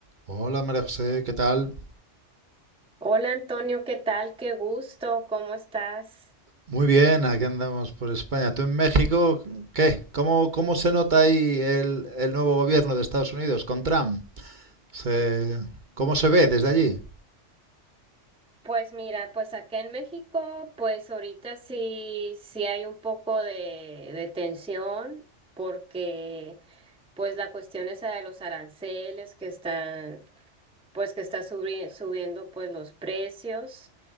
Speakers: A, on the right (about 45°); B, in the centre.
A: Hola María José, ¿qué tal?
B: Hola Antonio, ¿qué tal? Qué gusto, ¿cómo estás?
A: Muy bien, aquí andamos por España. ¿Tú en México qué? ¿Cómo, cómo se nota ahí el, el nuevo gobierno de Estados Unidos con Trump? Se- ¿cómo se ve desde allí?
B: Pues mira, pues acá en México, pues ahorita sí, sí hay un poco de, de tensión porque pues la cuestión esa de los aranceles que están, pues que está subri- subiendo pues los precios,